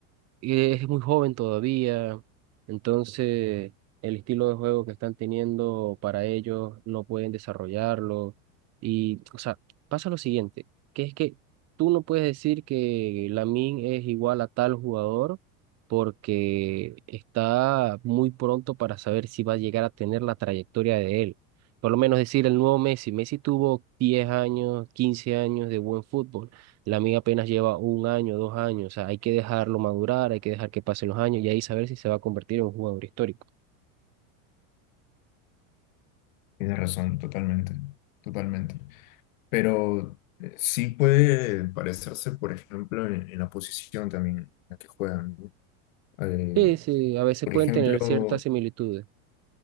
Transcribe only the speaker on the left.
Tienes razón, totalmente, totalmente. Pero eh, sí puede parecerse, por ejemplo, en, en la posición también en la que juegan, ¿no? Eh,
por
ejemplo,